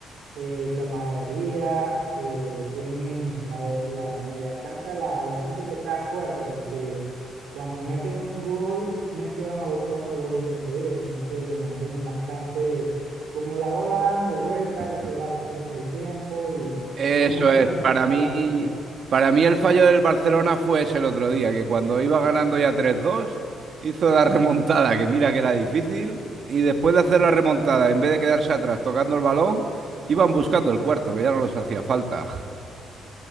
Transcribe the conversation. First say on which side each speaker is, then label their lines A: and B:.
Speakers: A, on the right (about 75°); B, on the right (about 55°).
A: eh, Camaradería, eh, tienen la, de- la media cancha, la, la siento que está fuerte porque cuando meten un gol no es que van a buscar otro gol de seguido, sino que lo mantienen bastante como la bola dando vueltas
B: ¿eh?
A: y se va perdiendo el tiempo y
B: Eso
A: son muchos
B: es,
A: de manejar
B: para mí,
A: el tiempo.
B: para mí el fallo del Barcelona fue ese el otro día, que cuando iba ganando ya tres dos hizo la <laughs> remontada, que mira que era difícil, y después de hacer la remontada, en vez de quedarse atrás tocando el balón, iban buscando el cuarto, que ya no los hacía falta.